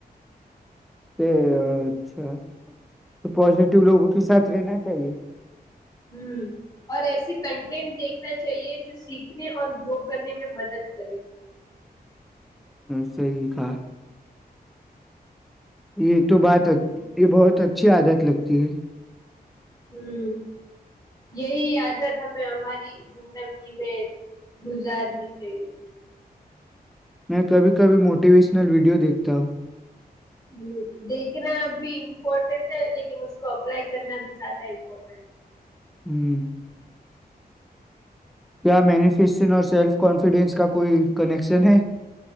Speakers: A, in the centre; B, on the left (about 20°).
A: اچھا تو پازیٹیو لوگوں کے ساتھ رہنا چاہیے
B: ہ اور ایسے کنٹینٹ دیکھنا چاہیے جو سیکھنے اور گرو کرنے میں مدد کرے
A: صحی تھا یہ تو بات ا یہ بہت اچھی عادت لگتی ہے
B: ہوں یہی عادت ہمیں ہماری زندگی میں گزارنی چاہیے
A: میں کبھی کبھی موٹیویشنل ویڈیو دیکھتا ہوں
B: ہ دیکھنا ا بھی امپورٹینٹ ہے لیکن اس کو اپلائی کرنا بھی زیادہ امپورٹینٹ ہے
A: ہوں کیا مینیفسشن اور سیلف کانفیڈنس کا کوئی کنیکشن ہے